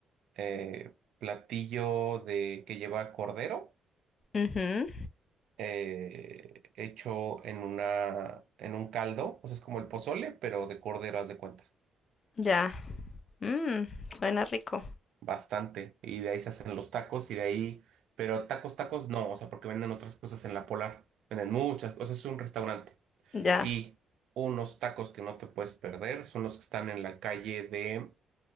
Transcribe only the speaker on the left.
Ujú.
Ya. Mm, suena rico.
Ya.